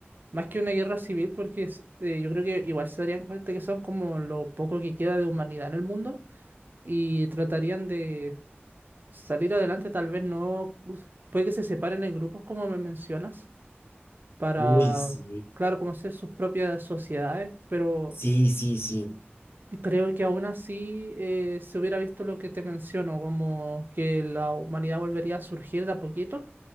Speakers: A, on the right (about 50°); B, on the left (about 65°).
A: Más que una guerra civil, porque es- eh, yo creo que igual se darían cuenta que son como lo poco que queda de humanidad en el mundo y tratarían de salir adelante, tal vez no, us- puede que se separen en grupos como me mencionas, para,
B: Uy, sí.
A: claro, como hacer sus propias sociedades, pero
B: Sí, sí, sí.
A: creo que aún así eh, se hubiera visto lo que te menciono, como que la humanidad volvería a surgir de a poquito,